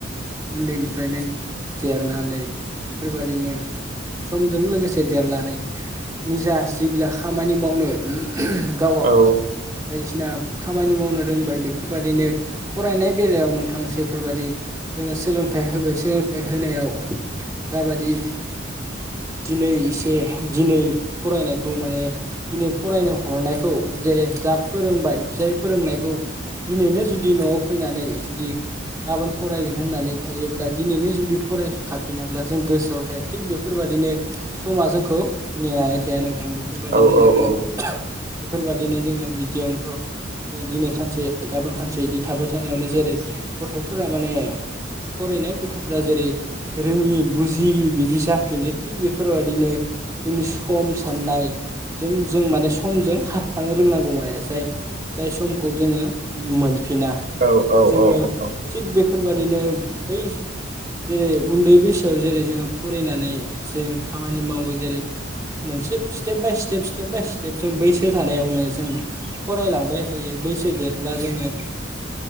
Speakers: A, on the right; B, on the right.
A: उन्दैनिफ्रायनो देरनानै बेफोरबायदिनो समजों लोगोसे देरलानै निजा जिबिला खामानि मावनो उम गावआव
B: औ
A: बायदिसिना खामानि मावनो रोंबाय बेफोरबादिनो फरायनाय बेलायाव नोंथां जेफोरबादि जोङो सोलोंथाइ होबाय सोलोंथाइ होनायाव जाबादि दिनै एसे दिनै फरायनायखौ माने दिनै फरायनो हरनायखौ जेरै जा फोरोंबाय जाय फोरोंनायखौ दिनैनो जुदि न'आव फैनानै जुदि गाबोन फरायगोन होननानै थायोब्ला दिनैनो जुदि फराय फाफिनाब्ला जों गोसोआव थाया। थिग बेफोरबायदिनो समा जोंखौ नेनानै थाया नोंथां। बेफोरबायदिनो
B: औ औ
A: जोङो
B: औ
A: बेफोरबायादिनो जोङो बिदियावनोथ' दिनै खानसे गाबोन खानसे बिदि थाबाय थानायावनो जेरै गथ'फोरा माने फरायनाय गथ'फ्रा जेरै रोङि बुजिय बिदि जाफिनो थिग बेफोरबायाददिनो जोंनि सम साननायजों जों माने समजों खारफानो रोंनांगौ माने जाय जाय समखौ जोङो मोनफिना
B: औ औ
A: जोङो
B: औ औ
A: थिग बेफोरबायादिनो बै जेरै उन्दै बैसोआव जेरै जोङो फरायनानै जों खामानि मावो जेरै, मोनसे step by step step by step जों बैसो थानायावनो जों फरायलांबाय थायो बैसो देरब्ला जोङो